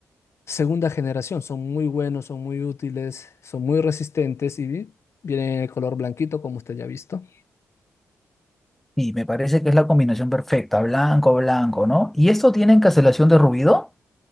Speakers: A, on the left; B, in the centre.
A: segunda generación, son muy buenos, son muy útiles, son muy resistentes y vi- vienen en el color blanquito como usted ya ha visto.
B: Y me parece que es la combinación perfecta, blanco, blanco, ¿no? ¿Y esto tienen cancelación de ruido?